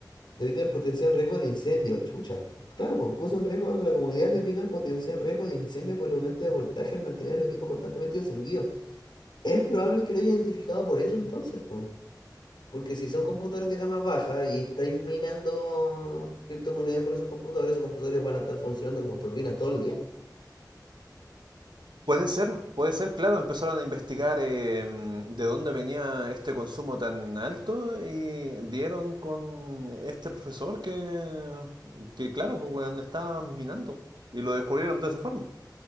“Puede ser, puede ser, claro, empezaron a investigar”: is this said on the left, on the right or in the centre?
Right